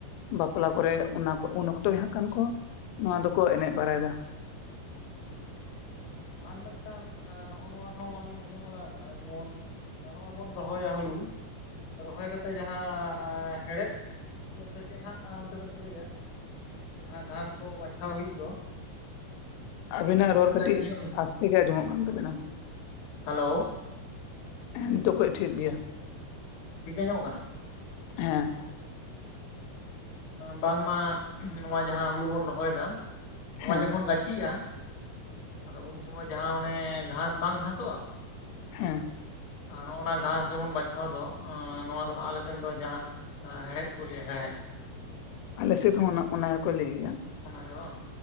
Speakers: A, on the left; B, on the left.
A: ᱵᱟᱯᱞᱟ ᱠᱚᱨᱮ
B: ᱦᱮᱸ
A: ᱚᱱᱟ ᱩᱱ ᱚᱠᱛᱚ ᱜᱮ ᱦᱟᱸᱜ ᱠᱷᱟᱱ ᱠᱚ ᱱᱚᱣᱟ ᱫᱚᱠᱚ ᱮᱱᱮᱡ ᱵᱟᱲᱟᱭᱮᱫᱟ᱾
B: ᱦᱮᱸ ᱟᱨ ᱢᱤᱫᱴᱟᱝ ᱱᱚᱜᱼᱚ ᱱᱚᱣᱟ ᱦᱚᱸᱞᱤᱤᱧ ᱟᱸᱡᱚᱢ ᱵᱟᱲᱟ ᱟᱠᱟᱟᱜᱼᱟ ᱡᱮᱢᱚᱱ ᱟᱨ ᱱᱚᱜᱼᱚᱭ ᱵᱚᱱ ᱨᱚᱦᱚᱭᱟ ᱦᱩᱲᱩ, ᱨᱚᱦᱚᱭ ᱠᱟᱛᱮᱮᱫ ᱡᱟᱦᱟᱸ ᱦᱮᱲᱦᱮᱫ ᱥᱮ ᱪᱮᱫ ᱦᱟᱸᱜ ᱚᱱᱛᱮ ᱫᱚᱯᱮ ᱞᱟᱹᱭᱟ ᱡᱟᱦᱟᱸ ᱜᱷᱟᱥ ᱠᱚ ᱵᱟᱪᱷᱟᱣ ᱦᱩᱭᱩᱜ ᱫᱚ
A: ᱟᱵᱤ ᱱᱟᱜ ᱨᱚᱲ ᱠᱟᱹᱴᱤᱡ
B: ᱜᱟᱹᱪᱷᱤ ᱧᱚᱜ ᱞᱮᱱᱠᱷᱟᱱ
A: ᱟᱥᱛᱮ ᱜᱮ ᱟᱸᱡᱚᱢᱚᱜ ᱠᱟᱱ ᱛᱟᱵᱤᱱᱟ᱾
B: ᱦᱮᱞᱳ
A: ᱦᱮ ᱱᱤᱛᱚᱜ ᱠᱷᱚᱡ ᱴᱷᱤᱠ ᱜᱮᱭᱟ᱾
B: ᱴᱷᱤᱠᱟᱹ ᱧᱟᱢᱚᱜ ᱠᱟᱱᱟ?
A: ᱦᱮᱸ
B: ᱵᱟᱝᱢᱟ ᱱᱚᱣᱟ ᱡᱟᱦᱟᱸ ᱦᱩᱲᱩ ᱵᱚᱱ ᱨᱚᱦᱚᱭᱫᱟ ᱱᱚᱣᱟ
A: ᱦᱮᱸ
B: ᱡᱚᱠᱷᱚᱱ ᱜᱟᱹᱪᱷᱤᱼᱟ ᱟᱫᱚ ᱩᱱ ᱥᱚᱢᱚᱭ ᱡᱟᱦᱟᱸ ᱚᱱᱮ ᱜᱷᱟᱥ ᱵᱟᱝ ᱜᱷᱟᱥᱚᱜᱼᱟ
A: ᱦᱮᱸ
B: ᱟᱨ ᱱᱚᱜᱼᱱᱟ ᱜᱷᱟᱸᱥ ᱡᱮᱢᱚᱱ ᱵᱟᱪᱷᱟᱣ ᱫᱚ ᱱᱚᱣᱟ ᱫᱚ ᱦᱟᱸᱜ ᱟᱞᱮ ᱥᱮᱱ ᱫᱚ ᱡᱟᱦᱟᱸ ᱦᱮᱲᱦᱮᱫ ᱠᱚ ᱞᱟᱹᱭᱟ ᱦᱮᱲᱦᱮᱫ ᱾
A: ᱟᱞᱮᱥᱮᱫ ᱦᱚᱸ ᱚᱱᱟᱠᱚ ᱞᱟᱹᱭ ᱜᱮᱭᱟ᱾
B: ᱚᱱᱟᱜᱮ ᱵᱟᱝ